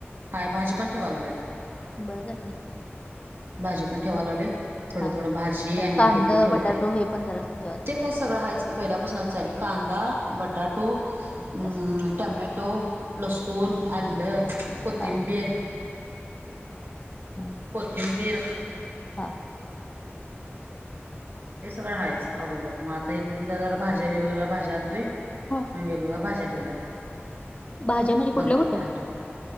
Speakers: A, on the right; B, on the left.
A: हाय भाजी पण ठेवा लागलोय आता.
B: बरं झालं घे.
A: भाजी पण ठेवा लागलोय, थोडं-थोडं
B: हा
A: भाजी
B: जरा
A: आणि
B: कांद
A: हे पण ठेवतोय
B: बटाटो हे पण जरा अस ठेवा
A: ते काय सगळं हायच की पहिल्यापासूनच आहे कांदा, बटाटो हम्म
B: लसूण
A: टमॅटो, लसुून, अल,
B: हा
A: कोथिंबीर
B: हा हा.
A: कोथिंबीर.
B: हा.
A: ते सगळं हायच अगोदर, मग आता येत ना ज भाज्या वेगवेगळ्या भाज्या आणतोय.
B: हा.
A: वेगवेगळ्या भाज्या ठेवल्यात,
B: भाज्या म्हणजे कुठल्या
A: दोन-तीन
B: कुठल्या
A: आईटम.